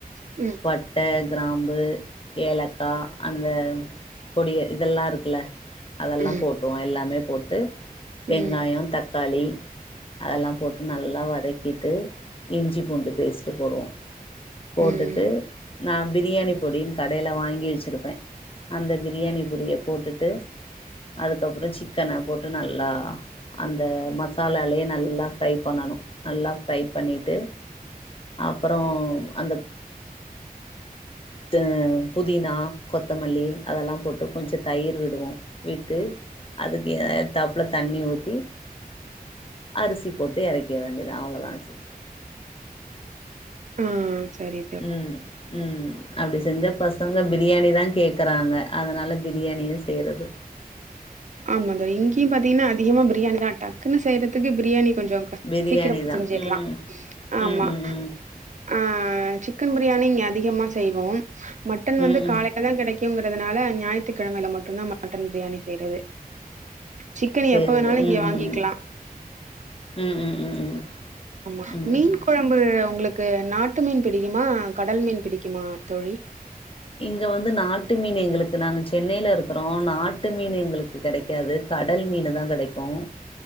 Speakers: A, on the right; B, on the left.
A: ம்
B: பட்ட கிராம்பு ஏலக்கா அந்த பொடிய இதல்லாருக்குல்ல அதெல்லா
A: ம்
B: போட் ப்போ எல்லாமே போட்டு வெங்காயோ
A: ம்
B: தக்காளி அதல்லா போட்டு நல்லா வதக்கிட்டு இஞ்சி பூண்டு பேஸ்ட்டு போடுவோ போட்டுட்டு
A: ம்
B: நா பிரியாணி பொடின் கடைல வாங்கி வச்சிருப்பே அந்த பிரியாணி பொடிய போட்டுட்டு அதுக்கப்றோ சிக்கன போட்டு நல்லா அந்த மசாலாலயே நல்லா ஃப்ரை பண்ணணு நல்லா ஃப்ரை பண்ணிட்டு அப்பறோ அந்த த புதினா கொத்தமல்லி அதெல்லா போட்டு கொஞ்சொ தயிர் விடுவோ விட்டு அதுக்கு ஏத்தாப்ல தண்ணி ஊத்தி அரிசி போட்டு எறக்கிற வேண்டிதா அவ்ளோதாங் சிஸ்
A: ஆ செரி
B: ம் ம் அப்டி செஞ்சா பசங்க பிரியாணி தா கேக் கறாங்க அதனால பிரியாணியே செய்றது
A: ஆமாங்க இங்கியு பாத்தீங்கன்னா அதிகமா பிரியாணி தா டக்குன்னு செய்றதுக்கு பிரியாணி கொஞ்சொ
B: பிரியாணி
A: சீக்கிரமா
B: தா
A: செஞ்சிற்லா
B: ம்
A: ஆமா
B: ம் ம் ம்
A: ஆ சிக்கன் பிரியாணி இங்க அதிகமா செய்வோம் மட்டன் வந்து
B: ம்
A: காலை
B: ம்
A: தா கெடைக்குங்கறதுனால ஞாயித்துக்கெழமைல மட்டுந்தா மட்டன் பிரியாணி செய்றது சிக்கன்
B: செய்றது
A: எப்ப வேணாலும் இங்க
B: ம்
A: வாங்கிக்கலா.
B: ம் ம் ம் ம் ம் ம்
A: ஆமா
B: ம்
A: மீன் கொழம்பு உங்களுக்கு நாட்டு மீன் பிடிக்குமா கடல் மீன் பிடிக்குமா தோழி
B: இங்க வந்து நாட்டு மீன் எங்களுக்கு நாங்க சென்னைலருக்குறோ நாட்டு மீன் எங்களு க்கு கெடைக்காது கடல் மீனு தா கெடைக்கோ